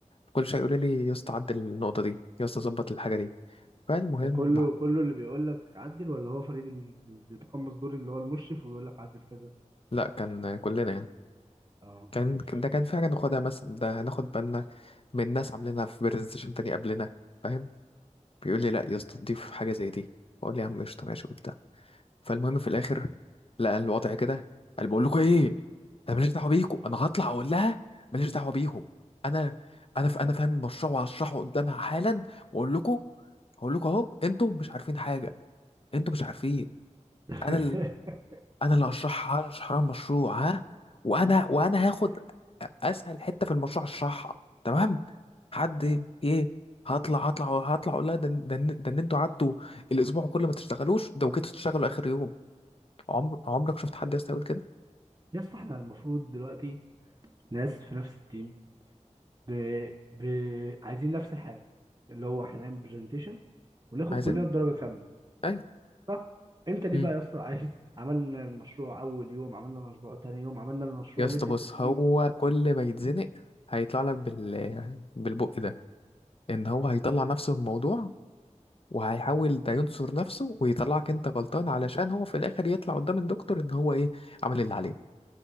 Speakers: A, on the left (about 50°); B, on the right (about 30°).
A: كل شويه يقول لي يا اسطى عدل النقطة دي يا اسطى ظبط الحاجة دي فالمهم
B: ده كله كله اللي بيقول لك عدل ولا هو فريد اللي بيتقمص دور اللي هو المشرف ويقول لك عدل كذا
A: لا كان آه، كلنا يعني
B: اه
A: كان
B: ماشي
A: كان- ده كان في حاجة ناخدها مثلا ده هناخد بالنا من ناس عاملينها في برزنتيشن تاني قبلنا فاهم بيقول لي لا يا اسطى ضيف حاجة زي دي بقول لي يا عم قشطة ماشي وبتاع فالمهم في الاخر لقى الوضع كده قال بقول لكم ايه انا ماليش دعوه بيكم انا هطلع اقول لها ماليش دعوه بيهم انا انا ف... انا فاهم المشروع وهشرحه قدامها حالا واقول لكم هقول لكم اهو انتوا مش عارفين حاجه انتوا مش عارفين
B: <laughs>
A: انا ال... انا اللي هشرحها هشرح لها المشروع ها وانا وانا هاخد اسهل حته في المشروع اشرحها تمام حد ايه هطلع هطلع هطلع اقول لها ده ده ده ان انتوا قعدتوا الاسبوع كله ما تشتغلوش ده وجيتوا تشتغلوا اخر يوم عمر عمرك شفت حد يا اسطى يقول كده
B: يا اسطى احنا المفروض دلوقتي ناس في نفس التيم ب... ب... عايزين نفس الحاجه اللي هو احنا نعمل برزنتيشن وناخد
A: عايزين
B: كلنا الدرجه كامله
A: ايوه
B: صح انت ليه
A: امم
B: بقى يا اسطى عايز عملنا المشروع اول يوم عملنا المشروع تاني يوم عملنا المشروع
A: يا اسطى
B: ليله
A: بص
B: التسليم
A: هو كل ما يتزنق هيطلع لك بال بالبق ده ان هو هيطلع نفسه من الموضوع وهيحاول ده ينصر نفسه ويطلعك انت غلطان علشان هو في الاخر يطلع قدام الدكتور ان هو ايه عمل اللي عليه